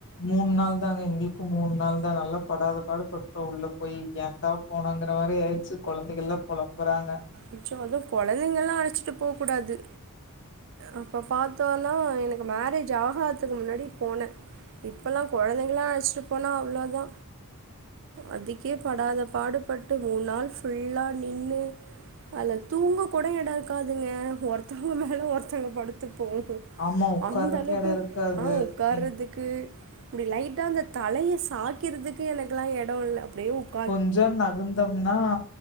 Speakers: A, on the left (about 55°); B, on the right (about 60°).
A: மூன் நாள் தாங்க எங்களுக்கு மூன் நாள் தான் நல்லா படாத பாடு பட்டு உள்ள போய் ஏண்டா போனோங்கற மாரி ஆயிச்சி கொழந்தைகள்லாம் பொழம்புறாங்க
B: அச்சோ அதுவு கொழந்தைங்கல்லா அழச்சிட்டு போ கூடாது அப்போ பாத்தோனா எனக்கு மேரேஜ் ஆகாத்துக்கு முன்னாடி போனே இப்பல்லா கொழந்தைங்களா அழச்சிட்டு போனா அவ்ளோ தா அதுக்கே படாத பாடுபட்டு மூன் நாள் ஃபுல்லா நின்னு அல்ல தூங்க கூட எடம் இருக்காதுங்க ஒருத்தவங்க மேல ஒருத்தங்க படுத்துப்போ
A: ஆமா உக்காரக்கு
B: அந்த அளவுக்கு
A: எடோ இருக்காது
B: ஆ உக்கார்றதுக்கு
A: நீங்
B: கு இப்டி லைட்டா அந்த தலய சாக்கிறதுக்கு எனக்குல்லா எடம் இல்ல அப்டே உக்
A: கொஞ்சோ நகந்தோம்னா